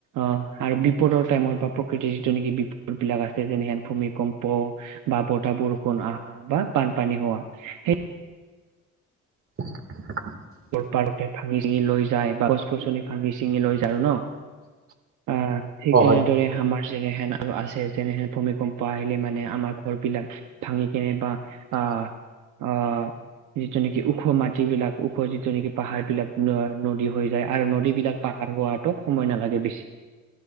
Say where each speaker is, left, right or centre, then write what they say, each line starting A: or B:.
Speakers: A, on the right (about 80°); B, on the right (about 45°).
A: অহ আৰু বিপদৰ টাইমত বা প্ৰকৃতিৰ যিটো নেকি বিপদ বিলাক আছে যেনেহেন ভূমিকম্প, বা বতাহ, বৰষুণ আহা বা বানপানী হোৱা, সেই-
B: <inaudible>
A: পাৰ ভাঙি- চিঙি লৈ যায়, বা গছ-গছনি ভাঙি- চিঙি লৈ যায় আৰু ন। অ, ঠিক
B: অ
A: তেনেদৰে
B: হয়
A: আমাৰ যেনেহেন আৰু আছে, যেনেহেন ভূমিকম্প আহিলে মানে আমাৰ ঘৰ বিলাক ভাঙি কেনে বা আহ, অ, যিটো নেকি ওখ মাটিবলাক ওখ যিটো নেকি পাহাৰ বিলাক নদী হৈ যায়। আৰু নদী বিলাক পাহাৰ হোৱাত সময় নালাগে বেছি।